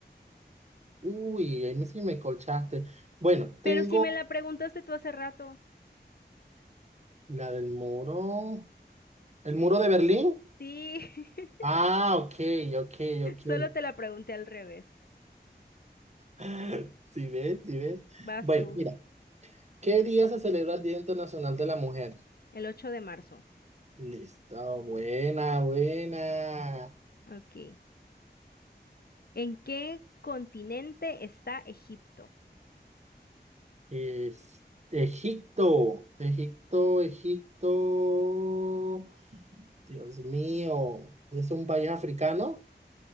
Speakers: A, on the right; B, on the left.
A: Uy, ahí me, sí me colchaste. Bueno, tengo
B: Pero si me la preguntaste tú hace rato.
A: la del muro. ¿El muro de Berlín?
B: Sí, <laughs>
A: Ah, ok, ok, ok.
B: solo te la pregunté al revés.
A: <laughs> Si ves? si ves?
B: Vas
A: Bueno,
B: tú,
A: mira, ¿qué día se celebra el Día Internacional de la Mujer?
B: el 8 de marzo.
A: Listo, buena, buena.
B: Ok. ¿En qué continente está Egipto?
A: Es Egipto, Egipto, Egipto. Dios mío, ¿es un país africano?